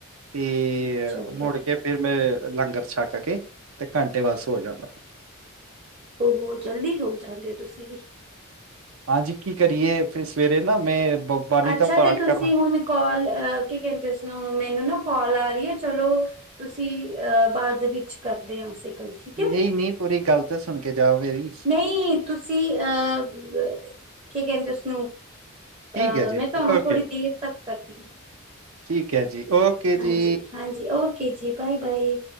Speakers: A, on the right; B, on the right.
A: ਤੇ
B: ਅੱਛਾ ਓਕੇ
A: ਮੁੜ
B: ਓਕੇ
A: ਕੇ ਫੇਰ ਮੈਂ ਲੰਗਰ ਛੱਕ ਕੇ ਤੇ ਘੰਟੇ ਬਾਅਦ ਸੌ ਜਾਂਦਾ।
B: ਹੋ-ਹੋ ਜਲਦੀ ਸੋ ਜਾਂਦੇ ਹੋ ਤੁਸੀਂ ਵੀ।
A: ਹਾਂਜੀ, ਕੀ ਕਰੀਏ ਫ ਸਵੇਰੇ ਨਾ ਮੈਂ ਬ- ਬਾਣੀ
B: ਅੱਛਾ,
A: ਦਾ ਪਾਠ
B: ਤੇ ਤੁਸੀਂ
A: ਕਰਨਾ
B: ਹੁਣ ਕਾਲ, ਕੀ ਕਹਿੰਦੇ ਉਸਨੂੰ ਮੈਨੂੰ ਨਾ ਕਾਲ ਆ ਚਲੋ, ਤੁਸੀਂ ਅਹ ਬਾਅਦ ਵਿੱਚ ਕਰਦੇ ਆ ਅਸੀਂ। ਗੱਲ, ਠੀਕ ਹੈ।
A: ਨਹੀਂ ਨਹੀਂ ਪੂਰੀ ਗੱਲ ਤਾਂ ਸੁਣ ਕੇ ਜਾਓ ਮੇਰੀ
B: ਨਹੀਂ, ਤੁਸੀਂ ਅਹ ਕੀ ਕਹਿੰਦੇ ਉਸਨੂੰ,
A: ਠੀਕ
B: ਅਹ
A: ਹੈ ਜੀ
B: ਮੈਂ ਤੂਆਨੂੰ
A: ਓਕੇ
B: ਥੋੜ੍ਹੀ ਦੇਰ ਤੱਕ ਕਰਦੀ ਹਾਂ।
A: ਠੀਕ ਹੈ ਜੀ, ਓਕੇ
B: ਹਾਂਜੀ
A: ਜੀ।
B: ਹਾਂਜੀ ਓਕੇ ਜੀ ਬਾਏ ਬਾਏ